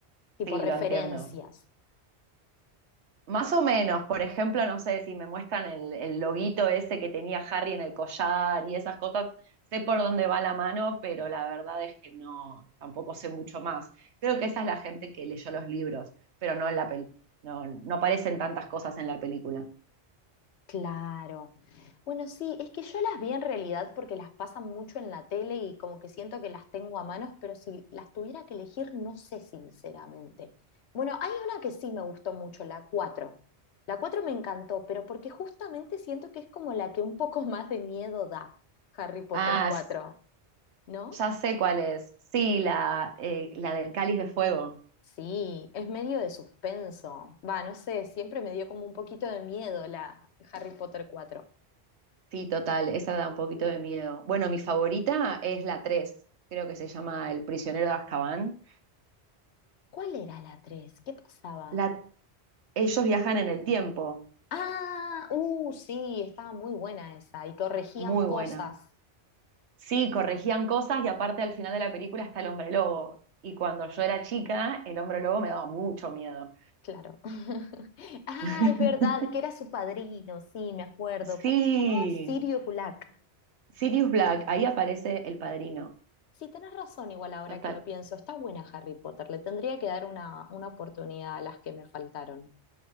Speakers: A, on the left (about 75°); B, on the right (about 80°).
A: Tipo
B: sí, lo
A: referencias.
B: entiendo. Más o menos, por ejemplo, no sé si me muestran el, el loguito ese que tenía Harry en el collar y esas cosas, sé por dónde va la mano, pero la verdad es que no, tampoco sé mucho más. Creo que esa es la gente que leyó los libros, pero no en la pel- no, no aparecen tantas cosas en la película.
A: Claro. Bueno, sí, es que yo las vi en realidad porque las pasan mucho en la tele y como que siento que las tengo a manos, pero si las tuviera que elegir, no sé sinceramente. Bueno, hay una que sí me gustó mucho, la cuatro, La 4 me encantó, pero porque justamente siento que es como la que un poco <laughs> más de miedo da, Harry Potter
B: Ah,
A: cuatro,
B: s-
A: ¿no?
B: ya sé cuál es. Sí, la, eh, la del Cáliz de Fuego.
A: Sí, es medio de suspenso. Va, no sé, siempre me dio como un poquito de miedo la Harry Potter 4.
B: Sí, total, esa da un poquito de miedo. Bueno, mi favorita es la 3, creo que se llama El prisionero de Azkaban.
A: ¿Cuál era la 3? ¿Qué pasaba?
B: La, ellos viajan en el tiempo,
A: Ah, uh, sí, estaba muy buena esa. Y corregían
B: muy
A: cosas,
B: buena. Sí, corregían cosas y aparte al final de la película está el hombre lobo. Y cuando yo era chica, el hombre lobo me daba mucho miedo.
A: claro. <laughs> Ah,
B: <laughs>
A: es verdad, que era su padrino, sí, me acuerdo.
B: Sí,
A: ¿Cómo se llamaba? Sirio Gulak.
B: Sirius Black, ahí aparece el padrino.
A: Sí, tenés razón, igual ahora
B: Total,
A: que lo pienso. Está buena Harry Potter, le tendría que dar una, una oportunidad a las que me faltaron.